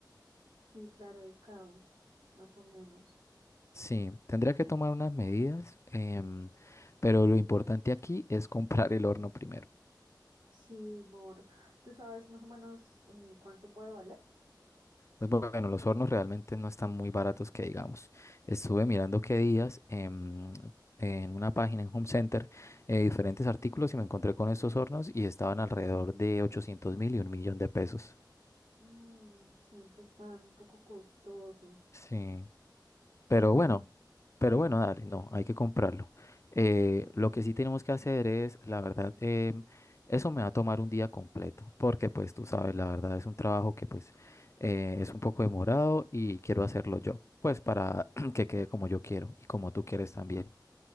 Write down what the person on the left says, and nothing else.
Sí, tendría que tomar unas medidas, em, pero lo importante aquí es comprar el horno primero.
Pues bueno, los hornos realmente no están muy baratos que digamos. Estuve mirando qué días em, en una página en Home Center eh, diferentes artículos y me encontré con estos hornos y estaban alrededor de 800 mil y un millón de pesos.
Sí.
Pero bueno, pero bueno, dale, no, hay que comprarlo. Eh, lo que sí tenemos que hacer es, la verdad, em, eso me va a tomar un día completo, porque pues tú sabes, la verdad es un trabajo que pues eh, es un poco demorado y quiero hacerlo yo, pues para <clears throat> que quede como yo quiero y como tú quieres también.